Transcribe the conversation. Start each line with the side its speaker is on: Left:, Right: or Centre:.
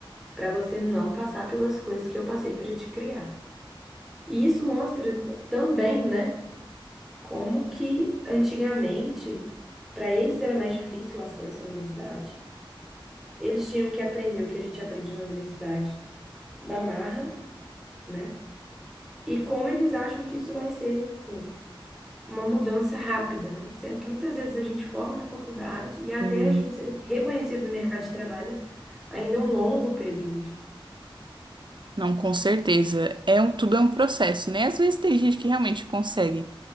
Centre: para você não passar pelas coisas que eu passei para te criar. E isso mostra também, né, como que antigamente para eles era mais difícil o acesso à universidade. Eles tinham que aprender o que a gente aprende na universidade da marra, né? E como eles acham que isso vai ser tipo, uma mudança rápida, né? Sendo que muitas vezes a gente forma na faculdade e até
Right: Sim.
Centre: a gente ser reconhecido no mercado de trabalho ainda é um longo período.
Right: Não, com certeza. É um, tudo é um processo, né? Às vezes tem gente que realmente consegue.